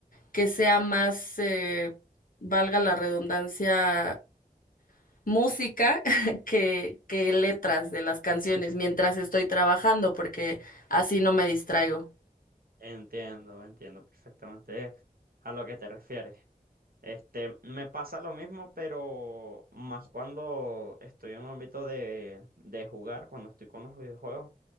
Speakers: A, on the left (about 65°); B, on the right (about 70°).
A: que sea más, eh, valga la redundancia, música <laughs> que, que letras de las canciones mientras estoy trabajando, porque así no me distraigo.
B: Entiendo, entiendo perfectamente a lo que te refieres. Este, me pasa lo mismo, pero más cuando estoy en un ámbito de, de jugar, cuando estoy con los videojuegos,